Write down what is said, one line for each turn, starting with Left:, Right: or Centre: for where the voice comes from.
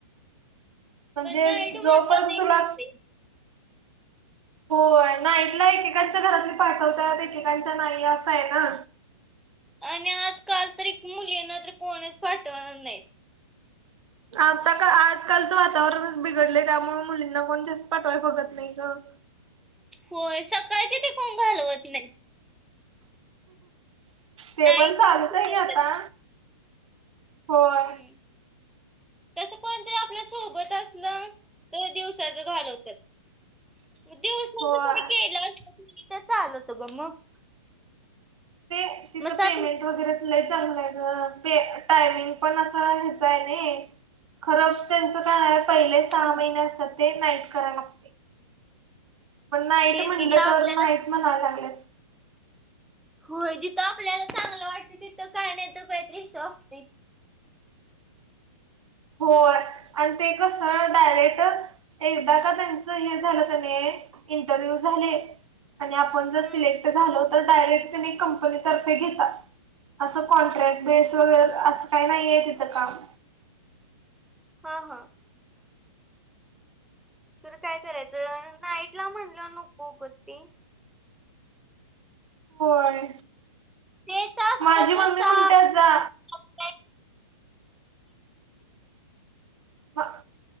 Right: म्हणजे
Centre: नाईट
Right: जोपर्यंत
Centre: म्हटलं नाही
Right: तुला
Centre: <unintelligible>
Right: होय नाईटला एकेकांच्या घरातली पाठवतात एकेकांच्या नाही असं आहे ना.
Centre: आणि आजकाल तरीक मुलींना तर कोणच पाठवणार नाही.
Right: आता का आजकालचं वातावरणच बिघडलंय त्यामुळे मुलींना कोण जास्त पाठवाय बघत नाही गं.
Centre: होय सकाळचे ते कोण घालवत नाही.
Right: ते
Centre: नाईट
Right: पण चालूच
Centre: ला घालवतात.
Right: आहे ग आता. होय
Centre: हम्म‌. तस कोणतर आपल्या सोबत असलं तर दिवसाच घालवतात. दिवस नाही
Right: होय.
Centre: मग तरी केलं तर चाल होत ग मग.
Right: ते तिथं
Centre: मग सात
Right: पेमेंट वगैरे लय चांगलंय ग पे टायमिंग पण असं ह्याच आहे न‌ई. खरं त्यांचं काय पहिले सहा
Centre: हा
Right: महिने असतात ते नाईट करायला लागते. पण नाईट
Centre: तेच
Right: म्हणलं
Centre: की जिथं आपल्याला
Right: तर नाहीच म्हणायला लागल्यात.
Centre: होय. जिथं आपल्याला चांगलं वाटत तिथं काय नाही काय तर ईशू असतोय.
Right: होय‌. आणि ते कसं डायरेक्ट एकदा का त्यांच हे झालं कनी इंटरव्ह्यू झाली आणि आपण जर
Centre: हम्म.
Right: सिलेक्ट झालो तर डायरेक्ट त्यानी कंपनीतर्फे घेतात. असं कॉन्ट्रॅक्ट बेस वगैरे असं काही नाहीये तिथं काम.
Centre: हा हा. तर काय करायचं. नाईट ला म्हणलं नको ग ते.
Right: होय.
Centre: तेच असतं
Right: माझी मम्मी
Centre: तसं
Right: म्हणते जा.
Centre: <unintelligible>
Right: म